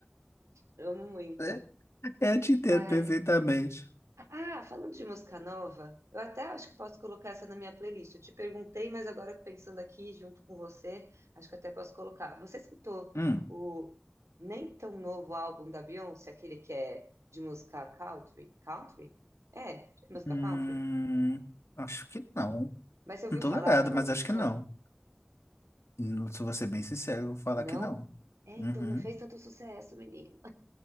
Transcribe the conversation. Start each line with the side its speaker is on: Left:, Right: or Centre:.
Right: amo muito.
Left: É, Eu te entendo
Right: Mas,
Left: perfeitamente.
Right: ah, falando de música nova, eu até acho que posso colocar essa na minha playlist. Eu te perguntei, mas agora pensando aqui junto com você, acho que até posso colocar. Você escutou
Left: Hum.
Right: o nem tão novo álbum da Beyoncé, aquele que é de música country? Country? É, de música
Left: Hum.
Right: country?
Left: Acho que não.
Right: Mas você ouviu
Left: Não tô
Right: falar
Left: lembrado,
Right: que ela
Left: mas
Right: lançou?
Left: acho que não. Não, se eu vou ser bem sincero, eu vou falar
Right: Não?
Left: que não.
Right: É,
Left: Uhum.
Right: então não fez tanto sucesso, menino.